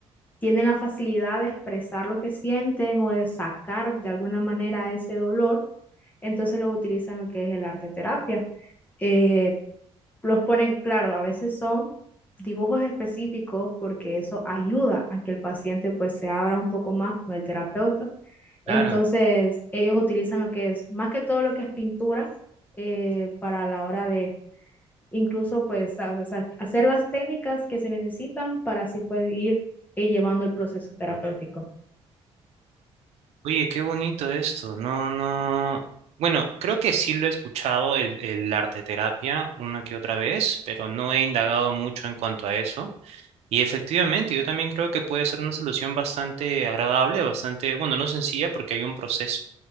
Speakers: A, on the left; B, on the right.
A: tienen la facilidad de expresar lo que sienten o de sacar de alguna manera ese dolor, entonces lo utilizan lo que es el arte terapia. Eh, los ponen, claro, a veces son dibujos específicos porque eso ayuda a que el paciente pues se abra un poco más con el terapeuta. Entonces
B: Claro.
A: ellos utilizan lo que es, más que todo lo que es pintura eh, para la hora de incluso pues a- o sea, hacer las técnicas que se necesitan para así pues ir eh, llevando el proceso terapéutico.
B: Oye, qué bonito esto. No, no. Bueno, creo que sí lo he escuchado el, el arte terapia una que otra vez, pero no he indagado mucho en cuanto a eso. Y efectivamente, yo también creo que puede ser una solución bastante agradable, bastante, bueno, no sencilla porque hay un proceso